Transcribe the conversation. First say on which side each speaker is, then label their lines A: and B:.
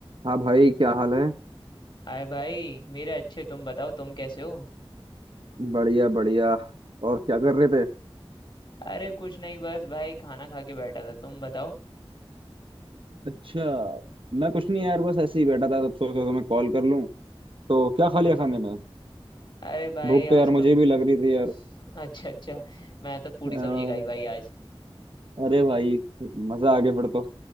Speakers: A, on the right; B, on the left.
A: हाँ भाई क्या हाल है
B: हाय भाई मेरे अच्छे तुम बताओ तुम कैसे हो
A: बढ़िया बढ़िया और क्या कर रहे थे
B: अरे कुछ नहीं बस भाई खाना खा के बैठा था तुम बताओ
A: अच्छा मैं कुछ नहीं यार बस ऐसे ही बैठा था तब सोचा तो मैं कॉल कर लूं तो क्या खा
B: अरे
A: लिया
B: बड़े
A: खाने में
B: अरे भाई
A: भूख तो यार
B: आज
A: मुझे
B: तो
A: भी लग रही थी यार
B: <laughs> अच्छा अच्छा मैं तो पूरी
A: अ,
B: सब्जी खाई भाई आज
A: अरे भाई मजा आ गया फिर तो